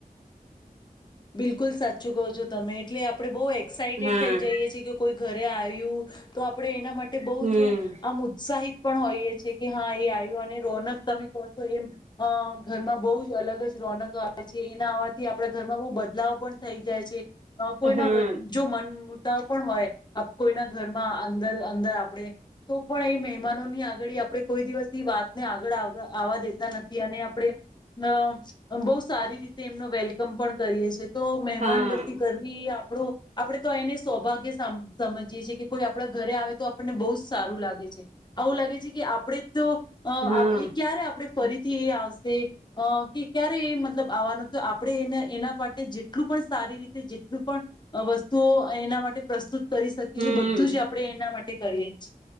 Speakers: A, on the left; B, on the right.
A: બિલકુલ. બિલકુલ સાચું કહો છો તમે એટલે આપણે બહુ એક્સાઇટેડ
B: હા
A: થઈ જઈએ છીએ કે કોઈ. ઘરે આવ્યું તો આપણે એના માટે બહ
B: હમ
A: જ આમ ઉત્સાહિત પણ હોઈએ છે કે હા એ આવ્યું. રોનક તમે કહો છો એમ ઘરમાં બહ જ અલગ જ રોનક આવે છે. એના આવવાથી આપડ ઘર એમાં બો બદલાવ પણ થઈ જાય છે. કોઈના
B: હા
A: જો મન ત પણ હોય, કોઈના ઘરમાં અંદર અંદર આપણે, તો પણ એ મહેમાનોની આગળ આપે કોઈ દિવસ તી વાત ને આગળ નથી અને આપણે બો સારી રીતે એમનો વેલકમ પણ કરીએ છીએ. તો મહેમાન
B: હા
A: ગતિ કરવી એ પણુ આપણે તો એને સૌભાગ્ય સમ સમજીએ છીએ કે કોઈ આપણા ઘરે આવે તો આપણને બહુ જ સારું લાગે છે, આવું લાગે છે કે આપણે તો અહ
B: હા
A: એ ક્યારે આપડે ફરીથી એ આવશે અહ કે ક્યારે એ મતલબ આવવાનું તો આપણે એને એના માટે જેટલું પણ સારી રીતે જેટલું પણ અહ વસ્તુઓ એના માટે પ્રસ્તુત કરી શકીએ
B: હમ
A: એ બધું જ આપણે એના માટે કરીએ છીએ.